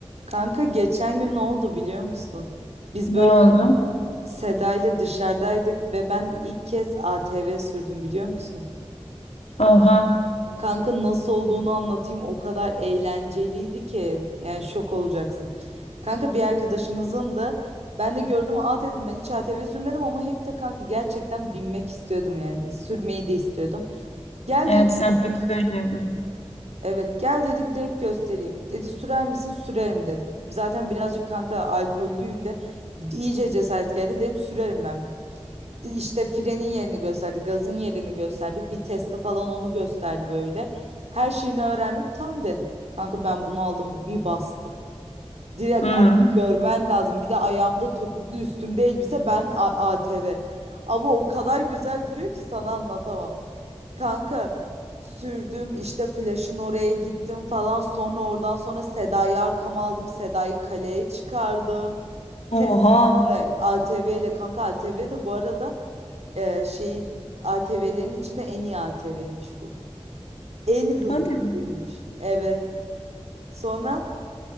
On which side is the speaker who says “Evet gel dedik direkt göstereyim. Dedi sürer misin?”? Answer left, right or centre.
Right